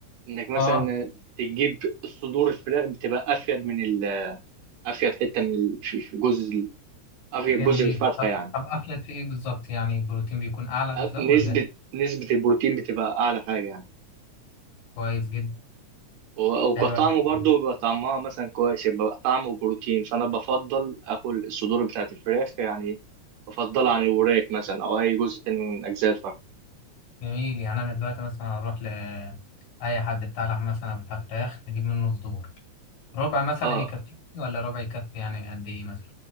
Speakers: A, on the right; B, on the left.
A: انك مثلا
B: اه
A: تجيب صدور الفراخ بتبقى افيد من ال- افيد حته من الجزء افيد
B: جميل
A: جزء في الفرخه
B: طب
A: يعني
B: طب افلت في ايه بالظبط يعني البروتين بيكون اعلى بالظبط
A: أ- نسبه
B: ولا
A: نسبه البروتين بتبقى اعلى حاجه يعني
B: كويس جدا
A: و- وكطعمه
B: حلو الحكاية.
A: برضه بيبقى طعمها مثلا كويس يبقى طعمه بروتين فانا بفضل اكل الصدور بتاعت الفراخ يعني بفضلها عن الوراك مثلا او اي جزء تاني من اجزاء الفرخ
B: جميل يعني انا دلوقتي مثلا اروح ل اي حد بتاع لحم مثلا أو بتاع فراخ نجيب منه صدور ربع مثلا
A: اه
B: يكفيني ولا ربع يكفي يعني قد ايه مثلا